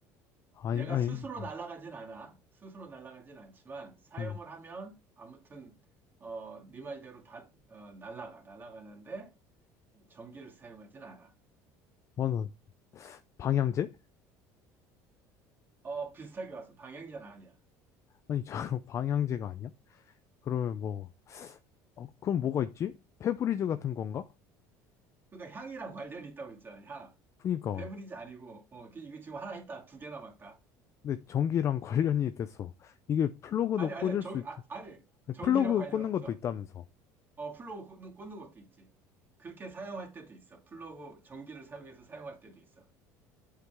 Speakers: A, on the left; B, on the right.
A: 아니,
B: 얘가
A: 아니,
B: 스스로
A: 어,
B: 날아가진 않아. 스스로 날아가진 않지만, 사용을
A: 음.
B: 하면, 아무튼, 어, 네 말대로 다, 어, 날아가. 날아가는데, 전기를 사용하진 않아.
A: 어, 는 방향제?
B: 어, 비슷하게 왔어. 방향제는 아니야.
A: 아니, <laughs> 저 방향제가 아니야? 그러면 뭐, 어, 그럼 뭐가 있지? 페브리즈 같은 건가?
B: 그러니까 향이랑 관련이 있다고 했잖아, 향.
A: 그니까.
B: 배브리지 아니고, 어, 그- 이거 지금 하나 했다. 두개 남았다.
A: 근데 전기랑 <laughs> 관련이 됐어. 이게 플러그도
B: 아니, 아니야.
A: 꽂을
B: 전,
A: 수 있,
B: 아, 아니.
A: 아니,
B: 전기랑
A: 플러그
B: 관련
A: 꽂는
B: 없어.
A: 것도 있다면서.
B: 어, 플러그 꽂는, 꽂는 것도 있지. 그렇게 사용할 때도 있어. 플러그, 전기를 사용해서 사용할 때도 있어.